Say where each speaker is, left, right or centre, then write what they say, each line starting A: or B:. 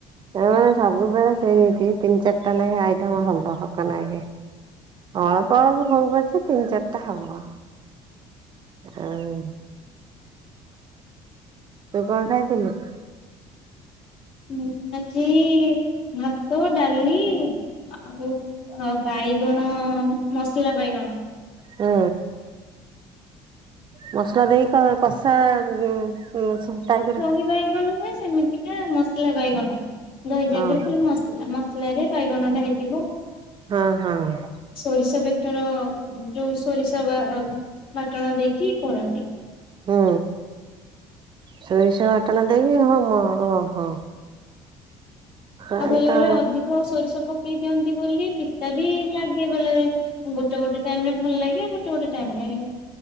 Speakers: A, on the right (about 40°); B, on the left (about 50°).
A: ଆମର ସବୁବେଳେ ସେମିତି ତିନି ଚାଟା ନେଖେ ଆଇଟମ ହବ। ହକ ନାଗେ। ଅଳପ ଅଳପ ହଉ ପଛେ ତିନି ଚାଟା ହବ। ଏ ଆଉ ତୁ କଣ ଖାଇଥିଲୁ?
B: ମୁଁ ଆଜି ଭାତ, ଡାଲି ଆଉ ଓ ବାଇଗଣ ମସଲା ବାଇଗଣ।
A: ହଁ। ମସଲା ଦେଇ କ-କଷା ଉଁ, ଉଁ, ସ-ଟାଇପ୍ ର
B: କି ବାଇଗଣ ନୁହେଁ। ସେମିତିକା ମସଲା ବାଇଗଣ, ଦହି ଜାଗାରେ
A: ହଁ
B: ଖାଲି ମସଲା ମସ ସଲା ରେ ବାଇଗଣ ଟା ହେଇଥିବ।
A: ହଁ, ହଁ।
B: ସୋରିଷ ବେଟର ଯୋଉ ସୋରିଷ ବା ବାଟଣ ଦେଇକି କରନ୍ତି।
A: ହୁଁ। ସୋରିଷ ଆଟଣା ଦେଇ ହଉ ମ ଓହୋ।
B: ଆଉ
A: ଏଇ
B: ବେଲେ
A: ତ
B: ବେଲେ ଅଧିକ ସୋରିଷ ପକେଇ ଦିଅନ୍ତି ବୋଲି ପିତା ବି ଲାଗେ ବେଲେ ବେଲେ। ଗୋଟେ ଗୋଟେ ଟାଇମ୍ ରେ ଭଲ ଲାଗେ ଆଉ ଗୋଟେ ଗୋଟେ ଟାଇମ୍ ରେ